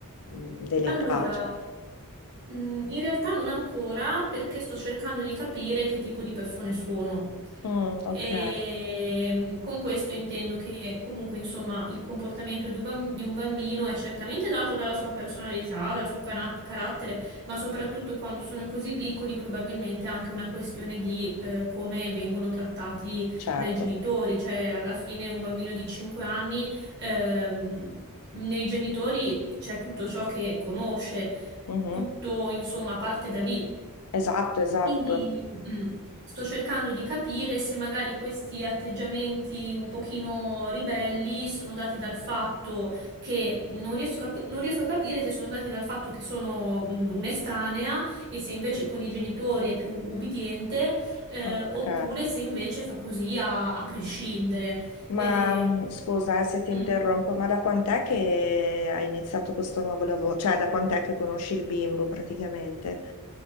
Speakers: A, on the left (about 85°); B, on the right (about 50°).
A: mhmm, dell'età,
B: Allora,
A: cioè.
B: mm, in realtà non ancora perché sto cercando di capire che tipo di persone sono.
A: Mm, ok,
B: E mm, con questo intendo che comunque, insomma, il comportamento di un bam- di un bambino è certamente dato dalla sua personalità, dal suo cana- carattere, ma soprattutto quando sono così piccoli, probabilmente è anche una questione di eh, come vengono trattati
A: certo.
B: dai genitori. Cioè, alla fine un bambino di 5 anni Ehm, nei genitori c'è tutto ciò che conosce,
A: Mhm.
B: tutto insomma parte da lì.
A: Esatto, esatto.
B: Quindi mm, sto cercando di capire se magari questi atteggiamenti un pochino ribelli sono dati dal fatto che non riesco a, non riesco a capire se sono dati dal fatto che sono mm, un'estranea e se invece con i genitori è più ubbidiente, eh,
A: Ok.
B: oppure se invece fa così a, a prescindere.
A: Ma
B: Ehm,
A: mm, scusa, eh, se ti
B: mm.
A: interrompo, ma da quant'è che hai iniziato questo nuovo lavoro? Cioè, da quant'è che conosci il bimbo praticamente?